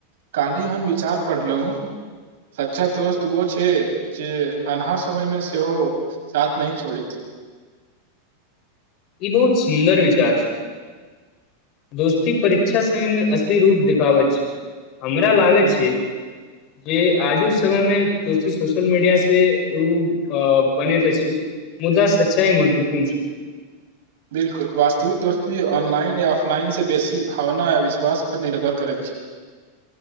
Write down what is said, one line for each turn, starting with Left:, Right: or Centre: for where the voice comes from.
Right: काल्हि हम विचार पढ़लो सच्चा दोस्त वो छै जे अन्हार समय मे सेहो साथ नहि छोड़ैत
Left: ई बहुत सुन्दर विचार छै दोस्ती परीक्षा समय मे असली रूप देखबै छै हमरा लागै
Right: बिलकुल
Left: छै जे आजुक समयमे दोस्ती सोशल मीडिया से उ बनेत अछि मुदा सच्चाइ महत्वपूर्ण छै
Right: बिलकुल वास्तविक दोस्ती ऑनलाइन या ऑफलाइन से बेसी भावना य विश्वास पर निर्भर करैत छै